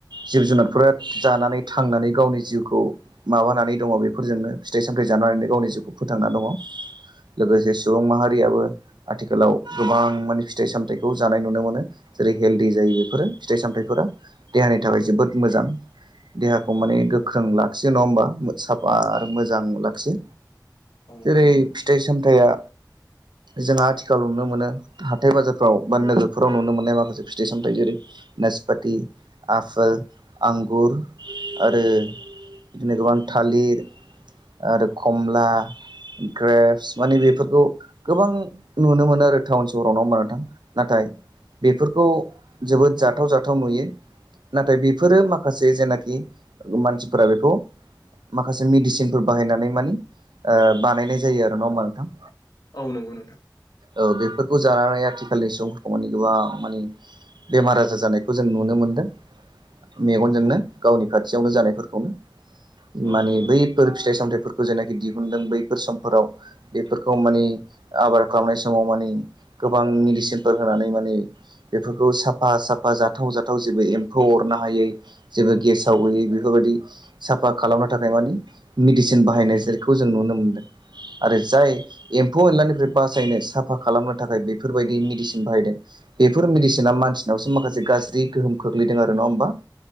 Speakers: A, on the right; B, on the left.
A: जिब जुनारफोरा जानानै थांनानै गावनि जिउखौ माबानानै दङ बेफोरजोंनो फिथाइ सामथाय जानानैनो गावनि जिउखौ फोथांना दङ लोगोसे सुबुं माहारियाबो आथिखालाव गोबां माने फिथाइ सामथायाइखौ जानाय नुनो मोनो जेरै हेलदि जायो बेफोरो फिथाइ सामथायाइफोरा देहानि थाखाय जोबोद मोजां देहाखौ माने गोख्रों लाखियो नङा होमबा साफा आरो मोजां लाखियो
B: औ नंगौ
A: जेरै
B: नोंथां
A: फिथाइ सामथाइया जोंहा आथिखालाव नुनो मोनो हाथाय बाजारफ्राव बा नोगोरफोराव नुनो मोनो माखासे फिथि सामथाइ जेरै नेसपाथि आफोल आंगुर आरो बिदिनो गोबां थालिर आरो खमला ग्रेप्स माने बेफोरखौ गोबां नुनो मोनो आरो टाउन सहरावनाव हबोनथां नाथाय बेफोरखौ जोबोद जाथाव जाथाव नुयो नाथाय बेफोरो माखासे जेनाखि मानसिफोरा बेखौ माखासे मेडिसिनफोर बाहायनानै मानि ओ बानायनाय जायो आरो नङामबा नोंथां।
B: औ नंगौ नोंथां।
A: औ बेफोरखौ जानानै आथिखालनि सुबुंफोरखौ मानि गोबां मानि बेमार आजार जानायखौ जों नुनो मोनदों। मेगनजोंनो गावनि खाथियावनो जानायफोरखौनो
B: औ
A: माने
B: नंगौ
A: बै फोर फिथाइ सामथाइफोरखौ जेनाखि दिहुनदों बैफोर समफोराव बेफोरखौ मानि आबाद खालामनाय समाव मानि गोबां मेडिसिनफोर होनानै मा नि बेफोरखौ साफा-साफा जाथाव-जाथाव जेबो एम्फौ अरनो हायै जेबो गेसाव गैयै बेफोरबायदि साफा खालामनो थाखाय मानि मिडिसिन बाहायनाय जेरखौ जों नुनो मोनदों। आरो जाय एम्फौ एनलानिफ्राय बासायनो साफा खालामनो थाखाय बेफोरबायदि मेडिसिन बाहायदों। बेफोर मेडिसिना मानसिनावसो माखासे गाज्रि गोहोम खोख्लैदों आरो नङा होमबा।